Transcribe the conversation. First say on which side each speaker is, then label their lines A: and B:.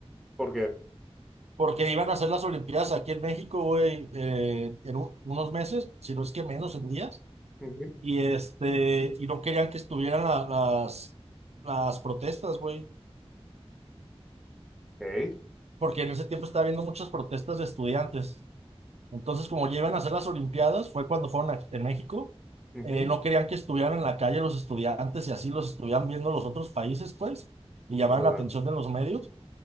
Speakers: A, in the centre; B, on the right (about 80°).
A: ¿por qué?
B: Porque iban a hacer las Olimpiadas aquí en México, güey, eh, en un- unos meses, si no es que menos, en días.
A: mhm,
B: Y este, y no querían que estuvieran la- las, las protestas, güey.
A: ok,
B: Porque en ese tiempo estaba habiendo muchas protestas de estudiantes. Entonces, como ya iban a hacer las Olimpiadas, fue cuando fueron a- en México.
A: ujú,
B: eh, no querían que estuvieran en la calle los estudiantes y así los estuvieran viendo los otros países, pues, y llamaban
A: ala,
B: la atención de los medios.